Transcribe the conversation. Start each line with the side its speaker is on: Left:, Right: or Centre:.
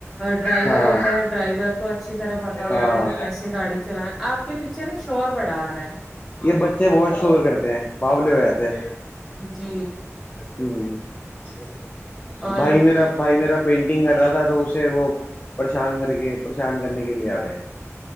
Centre: ڈرائیور
Left: ہاں
Centre: ہوتا ہے ڈرائیور کو اچھی طرح پتا
Left: ہاں
Centre: ہوتا ہے کیسے گاڑی چلانے آپ کے پیچھے نا شور بڑا آ رہا ہے
Left: یہ بچے بہت شور کرتے ہیں بولے ہو جاتے ہیں
Centre: جی
Left: ہ
Centre: اور
Left: بھائی میرا بھائی میرا پینٹنگ کر رہا تھا تو اسے وہ پریشان کر کے پریشان کرنے کے لیے آ گئے